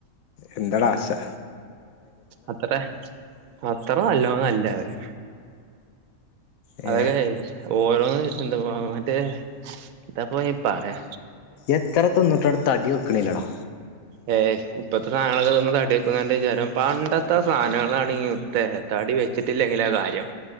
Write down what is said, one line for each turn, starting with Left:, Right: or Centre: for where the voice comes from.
Left: എന്തെടാ ആശാ
Right: അത്രെ അത്ര നല്ലെയ് ഒ അല്ല അവര്
Left: ഏ
Right: അതെന്നെയാണെ ഓരോന്ന് എന്താപ്പോ മറ്റേ എത്താപ്പോ അയിന് പറിയാ
Left: എത്ര തിന്ന്ട്ടും ആണ്ട് തടി വെക്ക്ണില്ലെടാ
Right: ഏ ഇപ്പത്തെ സാനങ്ങൾ ഒക്കെ തിന്ന് തടി വെക്കുന്നാ അന്റെ വിചാരം പണ്ടത്തെ ആ സാനങ്ങളാണെങ്കി മുത്തേ തടി വെച്ചിട്ടില്ലെങ്കിലാ കാര്യം.